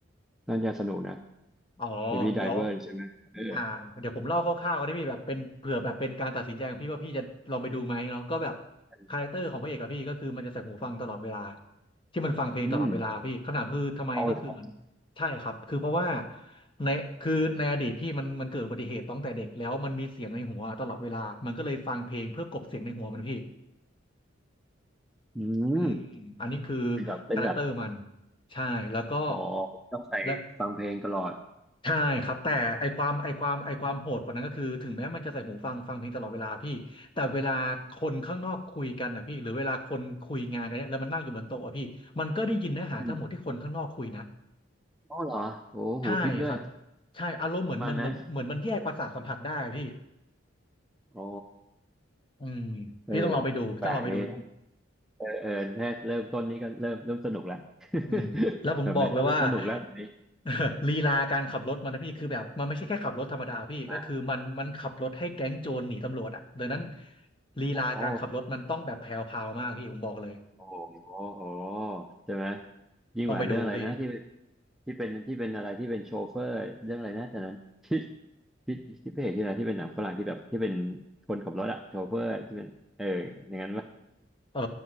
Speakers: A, in the centre; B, on the left.
A: น่าจะสนุกนะ
B: อ๋อ
A: Baby Driver
B: เดี๋ยว
A: ใช่ไหมเออ
B: อ่าเดี๋ยวผมเล่าคร่าวๆก็ได้พี่แบบเป็นเผื่อแบบเป็นการตัดสินใจของพี่ว่าพี่จะลองไปดูไหมเนาะก็แบบ
A: <laughs>
B: คาแรคเตอร์ของพระเอกกับพี่ก็คือมันจะใส่หูฟังตลอดเวลาที่มันฟังเพลงตลอดเวลาพี่คำถามคือทำไมก็คือเหมือน
A: อืมเอาเหรอ
B: ใช่ครับคือเพราะว่าในคือในอดีตพี่มันมันเกิดอุบัติเหตุตั้งแต่เด็กแล้วมันมีเสียงในหัวตลอดเวลามันก็เลยฟังเพลงเพื่อกลบเสียงในหัวมันพี่
A: อืม
B: อืมอันนี้คือ
A: เป็นแบบเป็นแบบ
B: คาแรคเตอร์มันใช่แล้วก็
A: อ๋อต้องใส่ฟังเพลงตลอด
B: และ ใช่ครับแต่ไอความไอความไอความโหดกว่านั้นก็คือถึงแม้มันจะใส่หูฟังฟังเพลงตลอดเวลาพี่แต่เวลาคนข้างนอกคุยกันนะพี่หรือเวลาคนคุยงานกันเนี่ยแล้วมันนั่งอยู่บนโต๊ะอะพี่มันก็ได้ยินเนื้อหาทั้งหมดที่คนข้างนอกคุยนะ
A: อืมอ๋อเหรอโอ้หูทิปด้วย
B: ใช่ครับใช่อารมณ์เหมือนมันเหมือนเหมือนมันแยกประสาทสัมผัสได้อะพี่
A: ประมาณนั้นโอ้
B: อืม
A: เออ
B: พี่ต้องลองไปดูพี่ต้องลองไปดู
A: แปลกดีเออเออแค่เริ่มต้นนี้ก็เริ่มเริ่มสนุกแล้ว
B: อืมแล้วผมบอกเลยว่า
A: <laughs> แบบนี้เริ่มสนุกแล้วแบบนี้
B: <laughs> เออลีลาการขับรถมันนะพี่คือแบบมันไม่ใช่แค่ขับรถธรรมดาพี่ก็คือมันมันขับรถให้แก๊งโจรหนีตำรวจอ่ะดังนั้น
A: ใช่ไหม
B: ลีลาการขับรถมันต้องแบบแพรวพราวมากพี่ผมบอกเลย
A: โอ้โห โอ้โหโอ้ใช่ไหมยิ่งกว่าเรื่องอะไรนะที่เป็น
B: ต้องไปดูพี่
A: ที่เป็นที่เป็นอะไรที่เป็นโชเฟอร์เรื่องอะไรนะแต่นั้นที่ที่ที่พระเอกที่อะไรที่เป็นหนังฝรั่งที่แบบที่เป็นคนขับรถอะโชเฟอร์ที่เป็นเอออย่างนั้นปะ
B: เออ